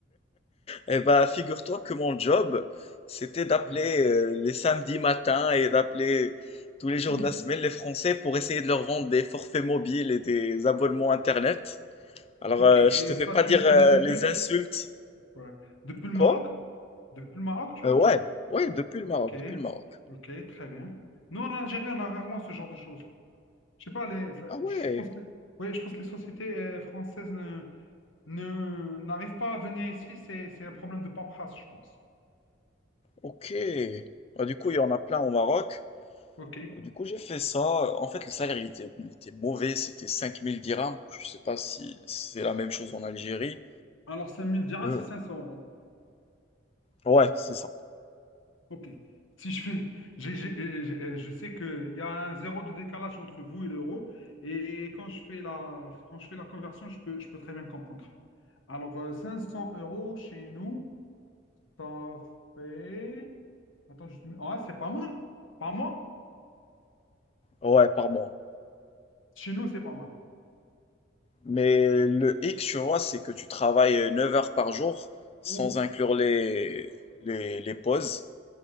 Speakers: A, on the left; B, on the left.
A: Eh ben, figure-toi que mon job, c'était d'appeler
B: Hein.
A: euh, les samedis matins et d'appeler tous les jours
B: Ouh,
A: de la semaine les Français pour essayer de leur vendre des forfaits mobiles et des abonnements Internet. Alors,
B: ok,
A: euh, je
B: et
A: te fais
B: ça,
A: pas
B: tu
A: dire
B: le faisais
A: euh,
B: depuis,
A: les insultes.
B: ouais. Depuis le Maroc?
A: Quoi?
B: Depuis le Maroc, tu
A: Euh,
B: l'as
A: ouais,
B: fait?
A: ouais, depuis le
B: Ok,
A: Maroc, depuis le Maroc.
B: ok, très bien. Nous, en Algérie, on a rarement ce genre de choses. Je sais pas, les, enfin,
A: Ah ouais,
B: je pense que les, ouais, je pense que les sociétés euh, françaises ne, ne, n'arrivent pas à venir ici. C'est, c'est un problème de paperasse, je pense.
A: ok. Ah, du coup, il y en a plein au Maroc.
B: Ok.
A: Du coup, j'ai fait ça. En fait, le salaire, il était, il était mauvais. C'était 5000 dirhams. Je sais pas si c'est la même chose en Algérie.
B: Alors, 5000 dirhams,
A: Euh,
B: c'est 500 euros.
A: ouais, c'est ça.
B: Ok. Si je fais, <laughs> j'ai- j'ai- euh, j'ai- euh, je sais qu'il y a un zéro de décalage entre vous et l'euro. Et quand je fais la, quand je fais la conversion, je peux, je peux très bien comprendre. Alors, euh, 500 euros chez nous. Ça fait. Attends, je... ouais, c'est pas mal. Pas mal.
A: Ouais, par mois.
B: Chez nous, c'est pas mal.
A: Mais le hic, tu vois, c'est que tu travailles 9 heures par jour sans
B: Ouh,
A: inclure les, les, les pauses.